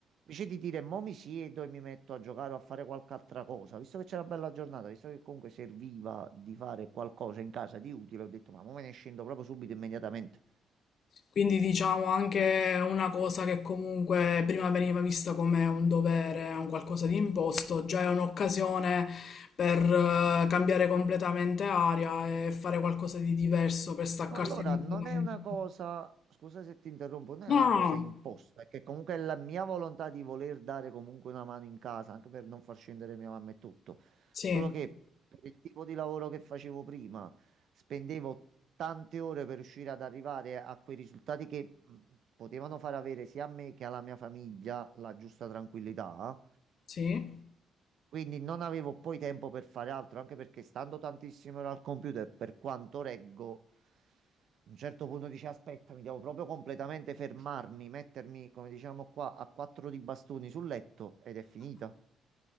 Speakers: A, on the right; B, on the left.
A: Invece di dire mo mi siedo e mi metto a giocare o a fare qualche altra cosa, visto che c'era una bella giornata, visto che comunque serviva di fare qualcosa in casa di utile, ho detto ma mo me ne scendo proprio subito, immediatamente.
B: Quindi diciamo anche una cosa che comunque prima veniva vista come un dovere, un qualcosa di imposto, già è un'occasione per eh, cambiare completamente aria e fare qualcosa di diverso, per staccarsi
A: Ma Allora,
B: completamente.
A: non è una cosa, scusa se ti interrompo, non
B: No,
A: è una
B: no,
A: cosa
B: no.
A: imposta, è che comunque è la mia volontà di voler dare comunque una mano in casa, anche per non far scendere mia mamma e tutto.
B: Sì,
A: Solo che per il tipo di lavoro che facevo prima, spendevo tante ore per riuscire ad arrivare a quei risultati che mh, potevano far avere sia a me che alla mia famiglia la giusta tranquillità.
B: sì,
A: Quindi non avevo poi tempo per fare altro, anche perché stando tantissime ore al computer, per quanto reggo. A un certo punto dici, aspetta, mi devo proprio completamente fermarmi, mettermi, come diciamo qua, a quattro di bastoni sul letto ed è finita.